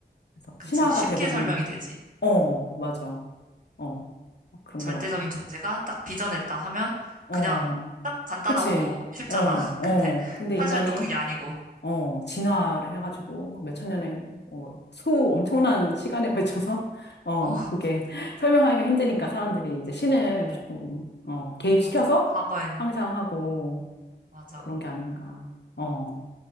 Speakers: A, on the left (about 75°); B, on the right (about 50°).
A: 그래서
B: 그치.
A: 신화가
B: 쉽게
A: 대부분,
B: 설명이 되지.
A: 어, 맞아. 어, 그런
B: 절대적인
A: 것 같아.
B: 존재가 딱 빚어냈다 하면
A: 어,
B: 그냥 딱 간단하고
A: 그치.
B: 쉽잖아.
A: 어, 어.
B: <laughs> 근데
A: 근데
B: 사실은
A: 인간이
B: 또 그게 아니고.
A: 어, 진화를
B: 응,
A: 해가지고, 막 몇천 년의, 어, 수 엄청난 시간에 <laughs> 걸쳐서, 어,
B: 어,
A: 그게 <laughs> 설명하기가 힘드니까 사람들이 이제 신을
B: 응,
A: 조금, 어, 개입시켜서
B: 맞아. 과거에는,
A: 상상하고
B: 맞아.
A: 그런 게 아닌가. 어,
B: 응.